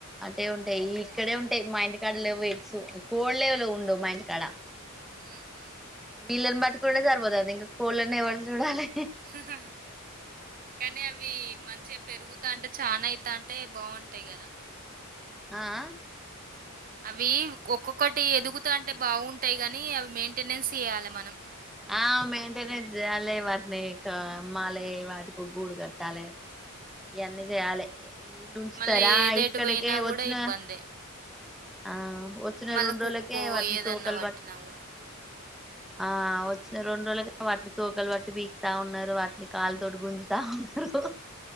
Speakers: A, in the centre; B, on the right.
A: అట్టే ఉంటాయి ఇక్కడే ఉంటాయి మా ఇంటికాడ లేవు ఎక్స్ కోడ్ లేవులు ఉండవు మా ఇంటికాడ
B: ఆహా
A: వీళ్ళని పట్టుకుంటే సరిపోతుంది ఇంక కోళ్ళని ఎవరు చూడాలి
B: ఆహా. కానీ అవి మంచిగా పెరుగుతా అంటే చాలా అవుతా అంటే బాగుంటాయి కదా
A: ఆఆ
B: అవి ఒక్కొక్కటి ఎదుగుతా అంటే బాగుంటాయి కాని అవి మెయింటెనెన్స్ చేయాలే మనం
A: ఆ మెయింటెనెన్స్ చేయాలి వాటిని మళ్ళీ వాటికి ఒక గూడు కట్టాలి ఇవన్నీ చేయాలి వీళ్ళు ఉంచుతారా
B: మళ్ళీ <unintelligible>
A: ఇక్కడికే
B: పోయినా కూడా
A: వచ్చిన
B: ఇబ్బందే
A: ఆ వచ్చిన
B: మళ్ళా
A: రెండు
B: కుక్కో
A: రోజులకే వాటిని
B: ఏదన్నా
A: తోకలు
B: పట్టినా
A: పట్
B: కూడా
A: ఆ వచ్చిన రెండు రోజులుగా వాటిని తోకలు బట్టి పీకుతా ఉన్నారు వాటిని కాళ్లు తోటి గుంజుతా ఉన్నరు